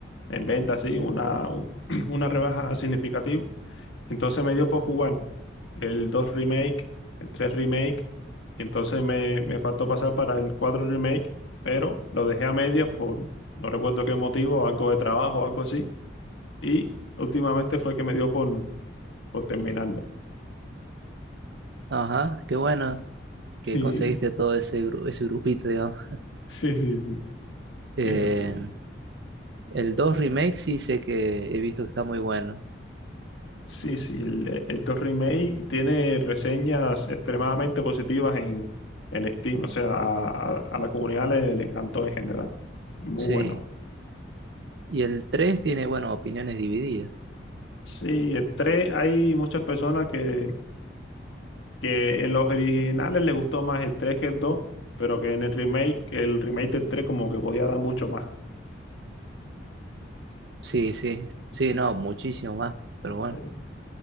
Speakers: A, on the left (about 80°); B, on the right (about 70°).
A: en venta, sí, una, un- <clears throat> una rebaja significativa. Entonces me dio por jugar el 2 remake, el 3 remake, y entonces me, me faltó pasar para el 4 remake, pero lo dejé a medias por no recuerdo qué motivo, algo de trabajo, algo así, y últimamente fue que me dio por, por terminarlo. <laughs>
B: Ajá, qué bueno
A: Sí,
B: que conseguiste todo ese, gru- ese grupito, digamos.
A: sí, sí, sí,
B: Eh,
A: ya sí.
B: el 2 Remake sí sé que he visto que está muy bueno.
A: Sí, sí, el, e, el 2 remake tiene reseñas extremadamente positivas en, en Steam, o sea, a, a- a la comunidad le, le encantó en general. Muy
B: Sí.
A: bueno.
B: Y el 3 tiene, bueno, opiniones divididas.
A: Sí, el 3 hay muchas personas que, que en los originales les gustó más el 3 que el 2, pero que en el remake, el remake del 3 como que podía dar mucho más.
B: Sí, sí. Sí, no, muchísimo más. Pero
A: Sí.
B: bueno.